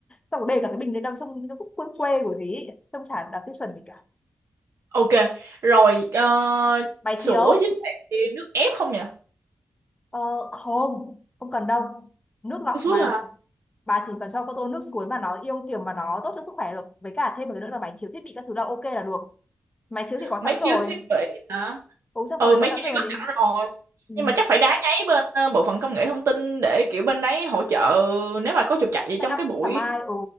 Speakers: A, on the left; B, on the right.
A: xong rồi bê cả cái bình lên đâm trong cái quê quê của gì ấy. xong chả đạt tiêu chuẩn gì cả
B: ok rồi ờ,
A: máy
B: sữa
A: chiếu
B: với lại nước ép không nhỉ
A: ờ, không không cần đâu nước lọc
B: Cái suối
A: mà bà chỉ cần cho con tô nước suối mà nó yêu kiểu mà nó tốt cho sức khỏe được với cả thêm một cái nữa là máy chiếu thiết bị các thứ là ok là được máy chiếu thì có
B: mấy
A: sẵn rồi
B: chiếu thiết bị hả
A: ừ trong
B: ừ
A: phòng này
B: mấy
A: có
B: chiếc
A: sẵn rồi
B: này
A: còn
B: có
A: gì
B: sẵn rồi
A: ừ.
B: nhưng mà chắc phải đá nháy bên ờ, bộ phận công nghệ thông tin để kiểu bên đấy hỗ trợ nếu mà có trục trặc gì trong
A: set up
B: cái buổi
A: sáng mai ừ